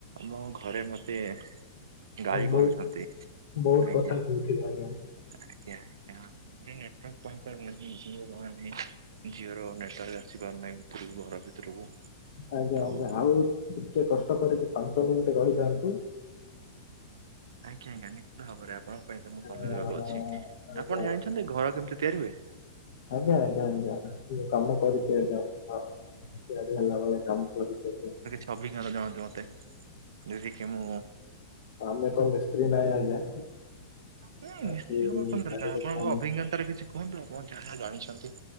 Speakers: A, on the right; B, on the left.
A: ଆମ ଘରେ ମତେ ଗାଳି କରୁଛନ୍ତି
B: ବହୁତ
A: ଆଜ୍ଞା
B: ବହୁତ କଥା କହୁଥିଲ ଆଜ୍ଞା
A: ଆଜ୍ଞା ଆଁ ମୁ ନେଟୱର୍କପ ନ ଯିଓାନେ <unintelligible> ଝିଅର ନେଟୱାର୍କ ଆସି ପାରୁ ନାହିଁ ଭିତରକୁ ଘର ଭିତରକୁ।
B: ଆଜ୍ଞା
A: ତ
B: ଆଜ୍ଞା ଆଉ ଟିକେ କଷ୍ଟ କରିକି ପାଞ୍ଚ ମିନିଟ ରହିଯାଆନ୍ତୁ।
A: ଆଜ୍ଞା ଆଜ୍ଞା ନିଶ୍ଚିତ ଭାବରେ ଆପଣଙ୍କ ପାଇଁ ତ ମୁଁ ସମୟ
B: ଆ
A: ଦେବାକୁ ଅଛି
B: ଆଜ୍ଞା
A: ଆପଣ ଜାଣିଛନ୍ତି ଘର କେମିତି ତିଆରି ହୁଏ?
B: ଆଜ୍ଞା ଆଜ୍ଞା ଆଜ୍ଞା ମୁଁ କାମ କରିଛି ଆଜ୍ଞା ହଁ। ସେଧି ହେଲା ଭଳିଆ କାମ କରିଛନ୍ତି।
A: ସବି ଜାଣନ୍ତି ମତେ ଯେତିକି ମୁଁ
B: ଆମେ ତ ମିସ୍ତ୍ରୀ ନାଇଁ ଆଜ୍ଞା।
A: ହୁଁ ନିଶ୍ଚୟ
B: କି
A: ହବ କଣ
B: କାରିଗର
A: ଦରକାର ଆପଣଙ୍କ
B: ନାହିଁ
A: ଅଭିଜ୍ଞତାରେ କିଛି କୁହନ୍ତୁ ଆପଣ ଯାହା ଯାହା ଜାଣିଛନ୍ତି।